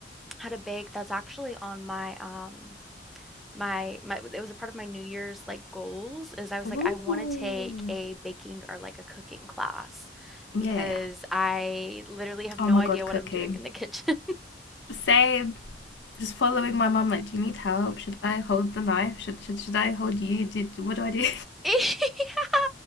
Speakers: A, in the centre; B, on the left.
A: how to bake. That's actually on my um my my it was a part of my New Year's like goals is I was
B: Ooh.
A: like I want to take a baking or like a cooking class
B: Yeah,
A: because
B: yeah, yeah.
A: I literally have
B: Oh
A: no
B: my
A: idea
B: God, cooking.
A: what I'm doing in the <laughs> kitchen.
B: Same. Just following my mom. Like, do you need help? Should I hold the knife? Should should should I hold you? Did what do I do?
A: <laughs> Yeah.